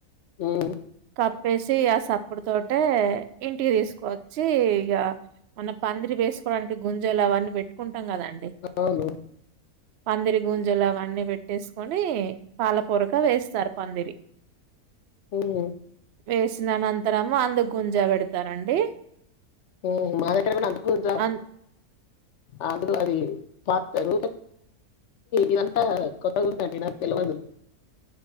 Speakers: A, on the left; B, on the right.
A: ఉమ్,
B: కప్పేస్ చే సప్పుడు తోటే ఇంటికి తీసుకొచ్చి ఇగ మన పందిరి వేసుకోవడానికి గుంజలు అవన్నీ పెట్టుకుంట కదాండి
A: అవును
B: పందిరి గుంజలు అవన్నీ పెట్టేసుకొని పాలపూరక వేస్తారు పందిరి
A: హ్మ్
B: వేసిన అనంతరము అందుకుంజ పెడతారండి.
A: హ్మ్ మా దగ్గర కూడా అంతకుంజ
B: అన్
A: ఆద్రో అది <unintelligible> ఇదంతా కొత్త ఉందండి నాక్ తెల్వదు.